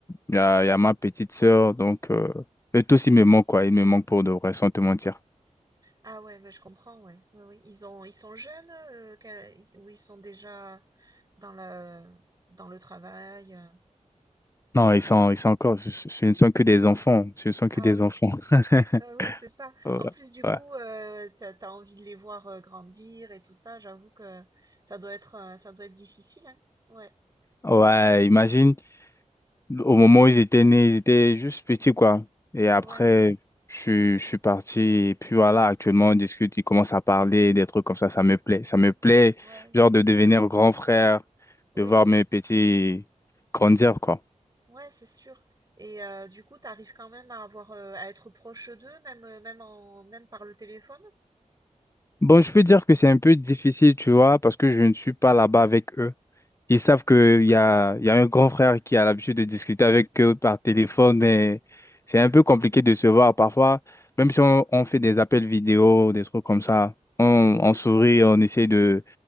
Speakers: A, on the left; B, on the right.
A: il y a, il y a ma petite sœur, donc euh, eux tous ils me manquent quoi, ils me manquent pour de vrai, sans te mentir.
B: Ah ouais, mais je comprends, ouais. Oui, oui. Ils ont, ils sont jeunes, euh, quel- ou ils sont déjà dans la, dans le travail. euh.
A: Non, ils sont, ils sont encore, ce, ce- ce ne sont que des enfants, ce ne sont que
B: Ah
A: des
B: oui,
A: enfants. <laughs>
B: Euh, oui, c'est ça.
A: Ouais,
B: En plus, du
A: ouais,
B: coup, euh, t'as, t'as envie de les voir euh, grandir et tout ça. J'avoue que ça doit être, euh, ça doit être difficile, hein. Ouais.
A: ouais, imagine. Au moment où ils étaient nés, ils étaient juste petits, quoi. Et après,
B: Ouais,
A: je, suis- je suis parti. Et puis voilà, actuellement, on discute, ils commencent à parler, des trucs comme ça. Ça me plaît. Ça me plaît,
B: Ouais,
A: genre, de devenir grand frère,
B: oui,
A: de voir mes petits grandir, quoi.
B: ouais, c'est sûr. Et euh, du coup, t'arrives quand même à avoir, euh, à être proche d'eux, même, euh, même en, même par le téléphone.
A: Bon, je peux dire que c'est un peu difficile, tu vois, parce que je ne suis pas là-bas avec eux. Ils
B: Mm,
A: savent qu'il y a, il y a un grand frère qui a l'habitude de discuter avec eux par téléphone et c'est un peu compliqué de se voir parfois, même si on, on fait des appels vidéo, des trucs comme ça, on,
B: mm,
A: on sourit, on essaie de,